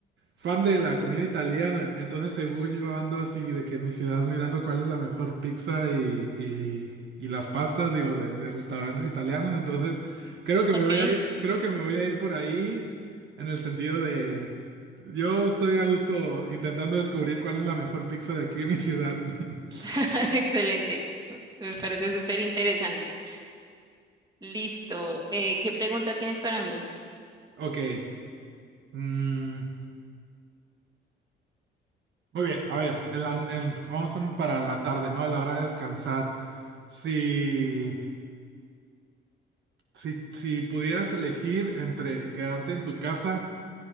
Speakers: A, on the right; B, on the right.
A: Fan de la comida italiana, entonces según yo ando así de que en mi ciudad mirando cuál es la mejor pizza y, y- y las pastas, digo, de, de restaurantes italianos, entonces creo que
B: ok.
A: me voy a ir, creo que me voy a ir por ahí en el sentido de yo estoy a gusto intentando descubrir cuál es la mejor pizza de aquí en mi ciudad. <laughs>
B: <laughs> Excelente. Me parece súper interesante. Listo. Eh, ¿qué pregunta tienes para mí?
A: Ok, mm, muy bien, a ver, en la- en- vamos a- para la tarde, ¿no? A la hora de descansar. Si... Si, si pudieras elegir entre quedarte en tu casa,